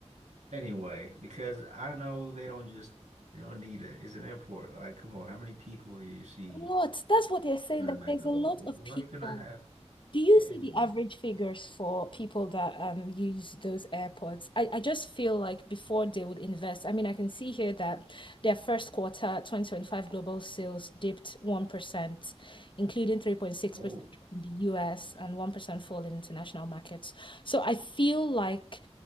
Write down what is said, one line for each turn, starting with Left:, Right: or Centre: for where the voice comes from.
Right: anyway? Because I know they don't just, they don't need it. It's an airport. Like, come on. How many people do you see
Left: A lot. That's what they're saying.
Right: during
Left: That
Right: a McDonald's?
Left: there's a lot
Right: What
Left: of people.
Right: are you going to have
Left: Do you
Right: a-
Left: see
Right: anyway?
Left: the average figures for people that um use those airports? I, I just feel like before they would invest, I mean, I can see here that their first quarter 2025 global sales dipped 1%, including 3.6%
Right: Oh,
Left: drop in the US and 1% fall in international markets. So I feel like